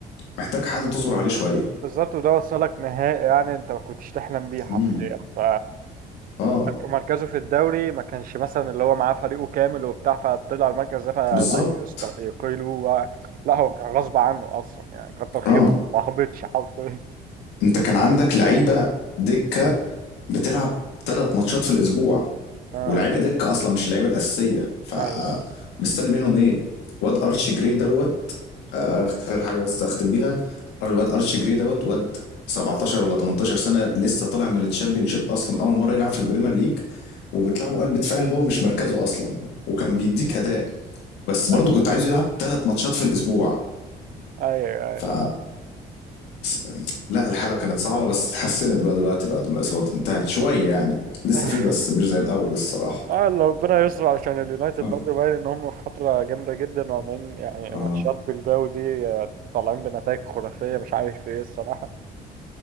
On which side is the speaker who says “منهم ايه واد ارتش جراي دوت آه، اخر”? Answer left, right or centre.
Left